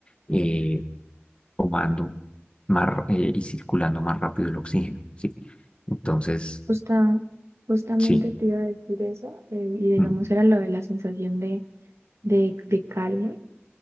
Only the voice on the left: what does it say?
eh, tomando más, eh, y circulando más rápido el oxígeno, ¿sí? Entonces,
sí.
Mm,